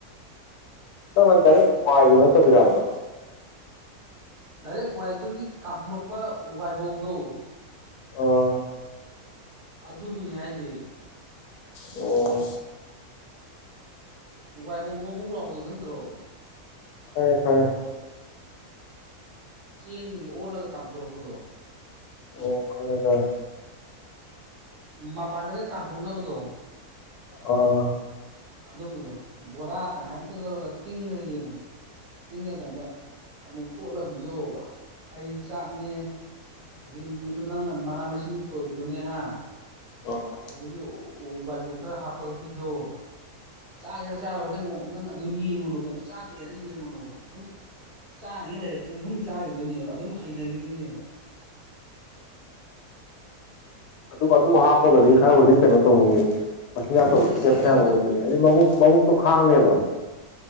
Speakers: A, on the left; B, on the right.
A: ꯇꯛꯃꯟ ꯋꯥꯏꯗꫭ ꯅꯠꯇꯕꯤꯔꯕ
B: ꯗꯥꯏꯔꯦꯛ ꯋꯥꯏ ꯑꯩꯈꯣꯏꯒꯤ ꯀꯥꯝꯊꯣꯔꯛꯄ ꯋꯥꯏꯕꯧꯗꯣ
A: ꯑꯣ
B: ꯑꯗꯨꯗꯨꯅꯤ ꯍꯥꯏꯖ‌ꯦ
A: ꯑꯣ
B: ꯎ ꯋꯥꯥꯏ ꯕꯧ ꯕꯧ ꯂꯥꯎꯕꯗꯣ ꯈꯪꯗ꯭ꯔꯣ
A: ꯈꯪꯉ‌ꯦ ꯈꯪꯉ‌ꯦ
B: ꯆꯦꯡꯗꯒꯤ ꯑꯣꯜꯂꯒ ꯀꯥꯝꯊꯣꯔꯛꯄꯗꯣ
A: ꯑꯣ ꯈꯪꯉ‌ꯦ ꯈꯪꯉ‌ꯦ
B: ꯃꯄꯥꯟꯗꯒ ꯀꯥꯝꯊꯣꯛꯅꯕꯗꯣ
A: ꯑꯥ
B: ꯑꯗꯨꯝꯕꯗꯣ ꯕꯣꯔꯥ ꯇꯪꯈꯥꯏꯃꯛꯇ ꯂꯧꯔꯒ ꯇꯤꯡꯉꯒ ꯌꯦꯡꯉꯨꯕ ꯇꯤꯡꯉꯀꯥꯟꯗ ꯑꯃꯨꯛ ꯇꯣꯠꯂ ꯄꯤꯖꯧꯕ ꯍꯥꯏꯗꯤ ꯆꯥꯛꯅꯦ ꯑꯗꯩ ꯅꯪ ꯃꯅ ꯃꯁꯤꯡ ꯁꫭꯏꯕꯗꯨꯅ‌ꯦ ꯍ
A: ꯑꯥ
B: ꯑꯗꯨꯗꯤ ꯑꫭ ꯋꯥꯏꯀꯨꯞ ꯈꯔ ꯍꯥꯞꯄꯒ ꯄꯤꯖꯧ ꯑꯣꯕ ꯆꯥꯒꯦꯔꯥ ꯆꯥꯔꯣꯏꯔ ꯅꯪ ꯅꯪꯅ ꯑꯗꯨ ꯌꯦꯡꯉꯨꯅꫭꯕ ꯑꯁ ꯆꯥꯗꯦꯅ ꯌꯦꯡꯉꯨꯅꫭꯕ ꯑꯗꯨꯝ ꯆꯥꯅꯤꯡꯉꯩ ꯂꯩꯔꯛꯇ꯭ꯔꯗꯤ ꯁꯨꯝ ꯆꯥꯒꯤꯗꯣꯏꯅꯦꯕ ꯑꯗꯨꯝ ꯍꯩꯅꯈꯤꯗꯣꯏꯅꯦꯕ
A: ꯑꯗꯨꯝ ꯑꯗꯨ ꯍꯥꯞꯄꯒꯗꯤ ꯈꯔꯕꯨꯗꯤ ꯀꯩꯅꯣ ꯇꯧꯅꯤꯡꯌꯦ ꯃꯆꯤꯟꯖꯥꯛ ꯇꯕꯨꯗꯤ
B: ꯏꯁ
A: ꯁ‌ꯦꯞ
B: ꯁꯦꯞ
A: ꯐꯥꯅꯝ
B: ꯌꯥꯝ
A: ꯑꯣꯏꯅꯤ ꯍꯥꯏꯗꯤ ꯃꯕꯨꯛ ꯃꯕꯨꯛꯇꯣ ꯈꯥꯡꯅꯦꯕ